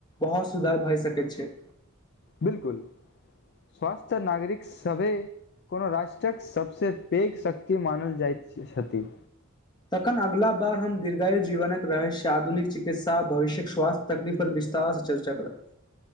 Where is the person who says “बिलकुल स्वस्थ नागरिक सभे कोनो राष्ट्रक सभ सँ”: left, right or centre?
Left